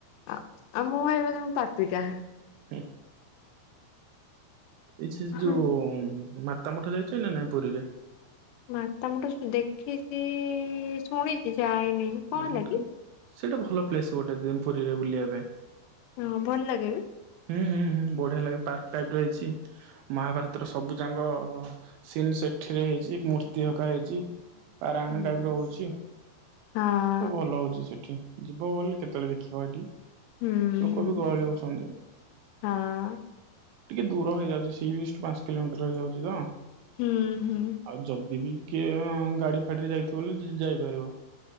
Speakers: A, on the left (about 85°); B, on the right (about 80°).
A: ଆଉ ମୁଁ କହିବ ତମ ପାପୀଟା
B: ହୁଁ ଏଇ ସେ ଯୋଉ
A: ହଁ।
B: ମାତା ମଠ ଯାଇଛ ନା ନାଇଁ ପୁରୀରେ
A: ମାତା ମଠ ଦେଖିଛି ଶୁଣିଛି ଯାଇନି କଣ
B: ହୁଁ କିନ୍ତୁ
A: ହେଲା କି?
B: ସେଇଟା ଭଲ ପ୍ଲେସ୍ ଗୋଟେ ପୁରୀରେ ବୁଲିବା ପାଇଁ
A: ହଁ ଭଲ ଲାଗେ
B: ହୁଁ ହୁଁ ହୁଁ ବଢିଆ ଲାଗେ ପାର୍କ ଟାଇପ୍ ର ହେଇଛି ମହାଭାରତର ସବୁ ଯାଙ୍କ ସିନ୍ ସେଠିରେ ହେଇଛି ମୂର୍ତ୍ତି ହକା ହେଇଛି ପାରାୟଣ
A: ହୁଁ
B: ଟାଇପ ର ହଉଛି
A: ହାଁ
B: ସବୁ ଭଲ ହଉଛି ସେଠି ଯିବ ବୋଲି କେତେବେଳେ ଦେଖିବା ଏଠି
A: ହୁଁ
B: ଲୋକ
A: ହୁଁ
B: ବି ଗହଳି ହଉଛନ୍ତି
A: ହଁ
B: ଟିକେ ଦୂର ହେଇଯାଉଛିି ସି ବିଚ୍ ଠୁ ପାଞ୍ଚ କିଲୋମିଟର ହେଇଯାଉଛି ତ
A: ହୁଁ ହୁଁ
B: ଆଉ ଯଦି ବି କିଏ ଗାଡି ଫାଡୀରେ ଯାଇଥିବ ହେଲେ ଯାଇପାରିବ